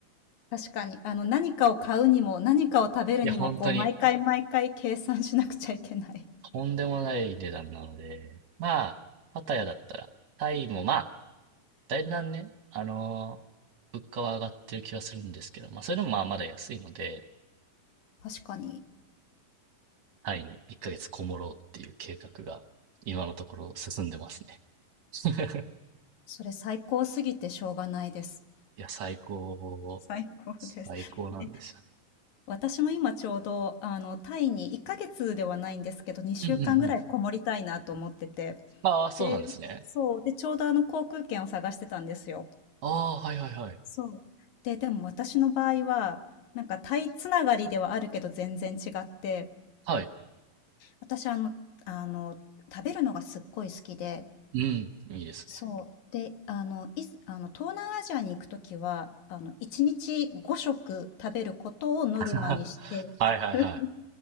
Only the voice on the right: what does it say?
<laughs> いや、本当に、
とんでもない値段なので、まあ、パタヤだったら、タイもまあ、だんだんね、あのー物価は上がってる気はするんですけど、まあ、それでもまあまだ安いので、
タイに1ヶ月こもろうっていう計画が、今のところ進んでますね。<laughs>
いや、最高、
最高なんですよね。
うんうんうん。ああ、そうなんですね。
ああ、はいはいはい。
はい。
うん、いいですね。
<laughs> はいはいはい。